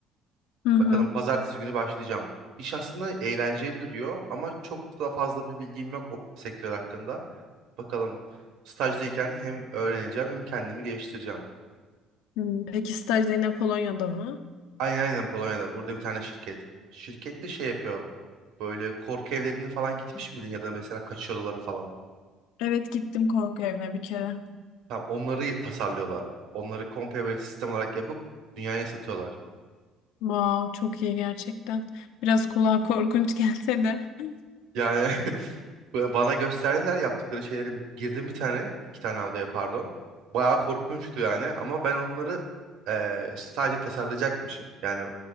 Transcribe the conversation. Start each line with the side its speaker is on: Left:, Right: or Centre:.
Left: Hı hı.
Right: Bakalım pazartesi günü başlayacağım. İş aslında eğlenceli duruyor ama çok da fazla bir bilgim yok o sektör hakkında. Bakalım stajdayken hem öğreneceğim hem kendimi geliştireceğim.
Left: Hmm, Peki staj da yine Polonya'da mı?
Right: Aynen aynen Polonya'da. Burada bir tane şirket. Şirket de şey yapıyor. Böyle korku evlerine falan gitmiş miydin ya da mesela kaçış odaları falan.
Left: Evet gittim korku evine bir kere.
Right: Tam onları tasarlıyorlar. Onları komple böyle sistem olarak yapıp dünyaya satıyorlar.
Left: Wow, çok iyi gerçekten. Biraz kulağa korkunç gelse de. <laughs>
Right: Yani <laughs> Ba- Bana gösterdiler yaptıkları şeyleri girdim bir tane iki tane odaya pardon. Bayağı korkunçtu yani ama ben onları eee, işte sadece tasarlayacakmışım. Yani